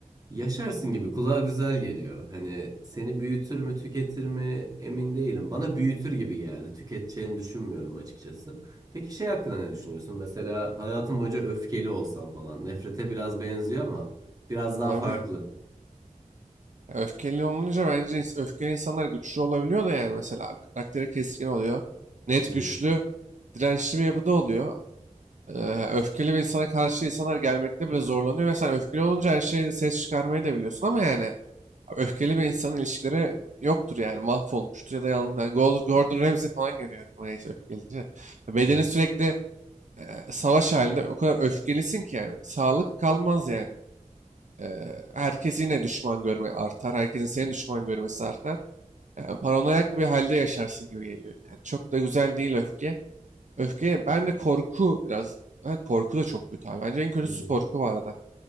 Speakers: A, on the right; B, on the right.
A: Yaşarsın gibi kulağa güzel geliyor. Hani seni büyütür mü tüketir mi emin değilim. Bana büyütür gibi geldi. Tüketeceğini düşünmüyorum açıkçası. Peki şey hakkında ne düşünüyorsun? Mesela hayatın boyunca öfkeli olsan falan. Nefrete biraz benziyor ama biraz daha
B: Abi.
A: farklı.
B: ya öfkeli olunca bence ins- öfkeli insanlar güçlü olabiliyor da yani mesela karakteri keskin oluyor. Net
A: Hı
B: güçlü,
A: hı
B: dirençli bir yapıda oluyor. Ee, öfkeli bir insana karşı insanlar gelmekte bile zorlanıyor ve sen öfkeli olunca her şeyi ses çıkarmayı da biliyorsun ama yani öfkeli bir insanın ilişkileri yoktur yani mahvolmuştur ya da yanında Gordon Ramsay falan geliyor aklıma neyse öfkeli deyince. Bedeni
A: hı.
B: sürekli e, savaş halinde o kadar öfkelisin ki yani sağlık kalmaz yani. Eee, herkes yine düşman görme artar. Herkesin seni düşman görmesi artar. Yani paranoyak bir halde yaşarsın gibi geliyor. Yani çok da güzel değil öfke. Öfke, ben de korku biraz. Ha, korku da çok kötü abi. Bence en kötüsü
A: hı.
B: korku bu arada.